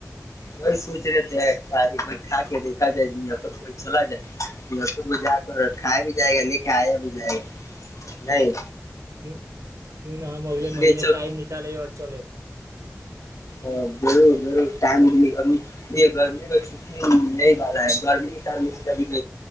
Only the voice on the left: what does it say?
کوئی سوچ رہے تھ ایک بار کھا کے دیکھا جائے ج کو چلا جائے پ کو جا کر کھا بھی جائے گا لے کے آیا بھی جائے گا نہیں
بولیے
چل
اور ضرور ضرور ٹائم ن یہ گرمی میں چھٹی نہیں والا ہے گرمی کے کبھی کو